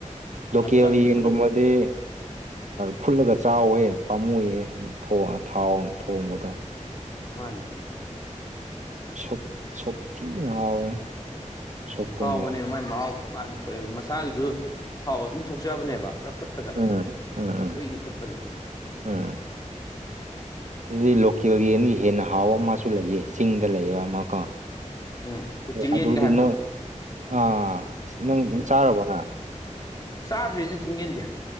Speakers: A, on the right; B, on the left.
A: ꯂꯣꯀꯦꯜ
B: ꯌꯥꯝ ꯆꯝꯅ
A: ꯌꯦꯟꯒꯨꯝꯕꯗꯤ
B: ꯐꯨꯠꯂ
A: ꯐꯨꯜꯂꯒ ꯆꯥꯎꯋꯦ ꯄꯥꯝꯃꯨꯌꯦ ꯊꯥꯎ ꯊꯣꯡꯕꯗꯣ
B: ꯃꯥꯅꯦ
A: ꯁꯨꯛ ꯁꯨꯛ ꯊꯤꯅ ꯍꯥꯎꯋꯦ ꯁꯨꯞꯀꯨꯝꯕꯁꯦ
B: ꯍꯥꯎꯕꯅꯦꯕ ꯃꯥꯏ ꯃꯍꯥꯎ ꯇꯣꯀꯥꯟꯅ ꯊꯣꯛꯑꯦꯕ ꯃꯁꯥꯒꯤꯁꯨ ꯊꯥꯎ ꯑꯗꯨꯝ ꯊꯣꯛꯆꯕꯅꯦꯕ ꯍꯥ ꯐꯨꯠꯄꯗ
A: ꯎꯝ ꯎꯝ ꯎꯝ
B: ꯀꯨꯏꯅ ꯐꯨꯠꯄꯗ
A: ꯎꯝ ꯑꯗꯨꯗꯤ ꯂꯣꯀꯦꯜ ꯌꯦꯟꯒꯤ ꯍꯦꯟꯅ ꯍꯥꯎ ꯑꯃꯁꯨ ꯂꯩꯑ ꯆꯤꯡꯗ ꯂꯩꯕ ꯑꯃ ꯀꯣ
B: ꯎꯝ ꯑꯩꯈꯣꯏ ꯆꯤꯡꯌꯦꯟꯒ
A: ꯑꯗꯨꯗꯤ
B: ꯍꯥꯏꯕꯗꯣ
A: ꯅꯣꯏ ꯑꯥ ꯅꯪ
B: ꯎꯝ
A: ꯆꯥꯔꯕꯣꯅ
B: ꯆꯥꯗ꯭ꯔꯤꯗ ꯆꯤꯡꯌꯦꯟꯗꯤ